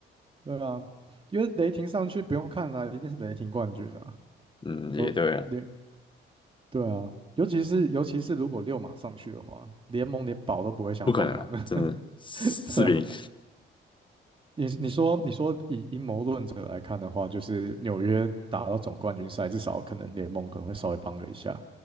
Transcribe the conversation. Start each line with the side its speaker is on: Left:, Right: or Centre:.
Right: 对啊，因为雷霆上去不用看了啊，一定是雷霆冠军啊，
Left: 嗯，也对啊。
Right: 有连对啊，尤其是尤其是如果六马上去的话，联盟连保都不会想保他们，
Left: 不可能啊，
Right: <laughs>
Left: 真的四比零，
Right: 对啊。你你说你说以阴谋论者来看的话，就是纽约打到总冠军赛，至少可能联盟可能会稍微帮了一下，